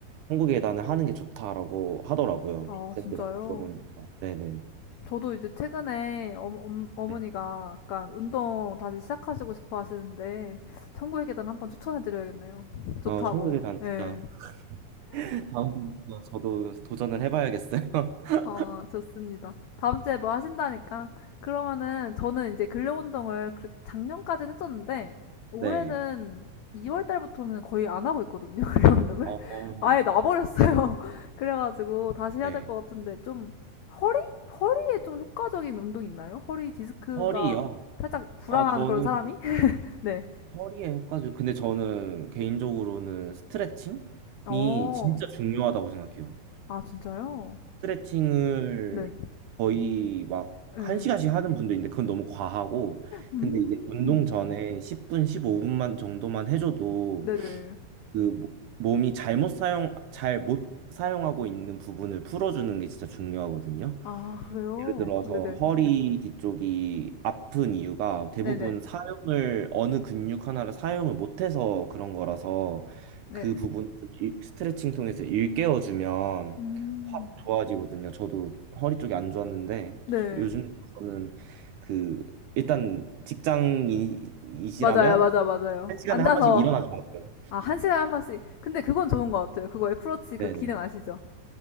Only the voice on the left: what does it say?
아,
진짜요?
저도 이제 최근에 어, 어, 어머니가
약간 운동 다시 시작하시고 싶어 하시는데, 천국의 계단 한번 추천해 드려야겠네요. 좋다고.
네.
어, 좋습니다. 다음 주에 뭐 하신다니까. 그러면은 저는 이제 근력 운동을 그- 작년까지는 했었는데 올해는
2월 달부터는 거의 안 하고 있거든요. <laughs> 근력 운동을
아예 놔버렸어요. <laughs> 그래가지고 다시 해야
될 것 같은데 좀 허리? 허리에 좀 효과적인 운동 있나요? 허리 디스크가
살짝 불안한
그런 사람이? <laughs> 네.
어.
아, 진짜요?
네.
네.
음.
네네.
아, 그래요?
네네.
네네.
네.
음.
네.
맞아요, 맞아, 맞아요.
앉아서,
아, 한 시간에 한 번씩. 근데 그건 좋은 것 같아요. 그거 애플워치 그
기능 아시죠?